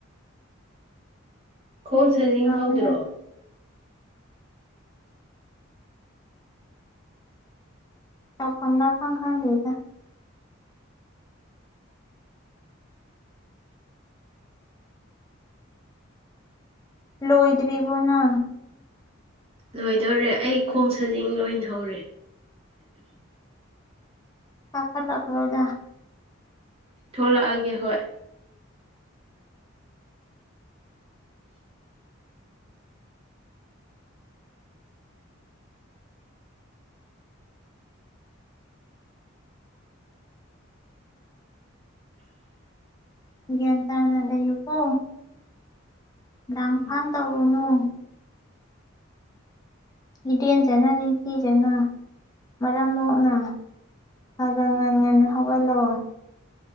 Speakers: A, on the right; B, on the left.
A: ꯈꯣꯡ ꯁꯥꯖꯤꯡ
B: ꯅꯥꯕꯅ
A: ꯍꯧꯗ꯭ꯔꯣ
B: ꯆꯥꯎꯐꯝ ꯅꯥꯄ ꯈꯪꯗꯦꯗ ꯂꯣꯏꯣꯏꯗ꯭ꯕꯤꯔꯤꯕꯣꯅ
A: ꯂꯣꯏꯗꯧꯔꯦ ꯑꯩ ꯈꯣꯡ ꯁꯥꯖꯤꯡ ꯂꯣꯏꯍꯧꯔꯦ
B: ꯆꯀꯜꯂꯈ꯭ꯔꯣꯗ
A: ꯊꯣꯛꯣꯂꯛꯑꯒꯦ ꯍꯣꯏ
B: ꯒ꯭ꯌꯥꯟ ꯇꯥꯅ ꯂꯩꯌꯨꯀꯣ ꯉꯥꯡ
A: ꯎꯝ
B: ꯐꯥꯡ ꯇꯧꯔꯨꯅꯨ ꯍꯤꯗꯦꯟꯖꯅ ꯅꯤꯡꯊꯤꯖꯅ ꯃꯔꯝ ꯃꯣꯛꯅ ꯑꯗꯣ ꯉꯟ ꯉꯟꯅ ꯍꯧꯍꯜꯂꯣ